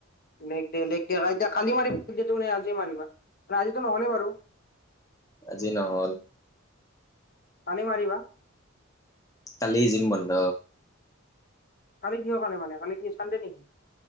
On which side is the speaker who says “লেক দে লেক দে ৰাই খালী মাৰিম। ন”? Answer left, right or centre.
Left